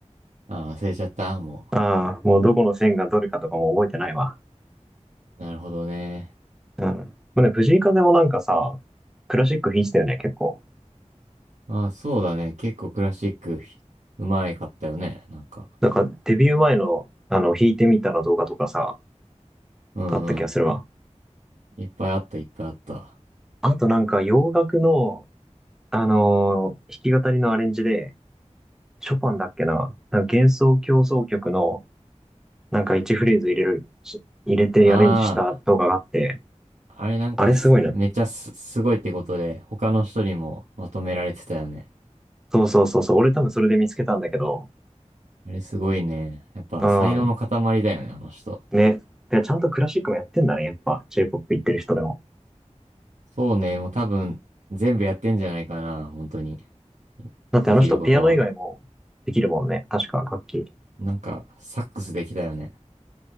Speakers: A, on the right; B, in the centre.
A: ああ、忘れちゃった、も
B: ああ、もうどこの線がどれかとかも覚えてないわ。
A: う。なるほどね。
B: うん。まあね、藤井風もなんかさ、クラシック弾いてたよね、結構。
A: ああ、そうだね。結構クラシック、うまいかったよね、なんか。
B: なんかデビュー前の、あの、弾いてみたの動画とかさ、
A: うんうん。
B: あった気がするわ。
A: いっぱいあった、いっぱいあった。あ
B: あとなんか洋楽の、あのー弾き語りのアレンジで、ショパンだっけな、なんか幻想協奏曲の、なんか1フレーズ入れる、し入れてアレンジした動画があって、
A: あ。あれなんかす、
B: あれすごいな。
A: めっちゃす、すごいってことで、他の人にもまとめられてたよね。
B: そうそうそうそう、俺多分それで見つけたんだけど、
A: あれすごいね。やっぱ才能の塊だよね、
B: うん、
A: あの人。
B: ね。で、ちゃんとクラシックもやってんだね、やっぱ J-POP 行ってる人でも。
A: そうね、もう多分全部やってんじゃないかな、本当に。
B: だってあの人ピアノ以外もできるもんね、
A: できることは。
B: 確か楽器。
A: なんか、サックスできたよね。